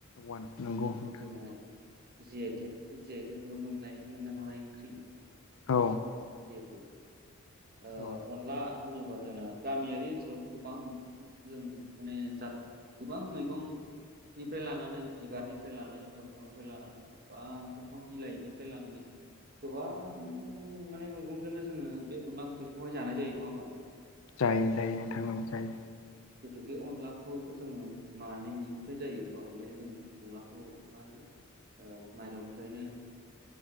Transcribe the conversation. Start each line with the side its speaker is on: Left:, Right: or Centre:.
Left: वान नंगौ
Right: <unintelligible>
Left: नोंथां नंगौ
Right: जि आइ टेक जि आइ टेकबो मोननाय मोन्नो हानाय ओंख्रि
Left: औ
Right: जिहेथु अन
Left: औ
Right: अनला होनोबा जोंना गामियारि ओनसोलाव गोबां जों माने जा गोबां मैगंनिफ्राय लानानै बिबारनिफ्राय लानानै दंफांनिफ्राय लानानै गोबां दंफां बिलाइनिफ्राय लानानै गोबां माने मैगंजोंनो जोङो बेनला ओंख्रिखौहाय जानाय जायो नङा होमबा
Left: जायो जायो नोंथां नांगौ जायो।
Right: जिथु बे अनलाखौ जोंओ मानायनिफ्राय जायो होमबा अनलाया जों अनलाखौ मा होनो औ माइरंनिफ्रायनो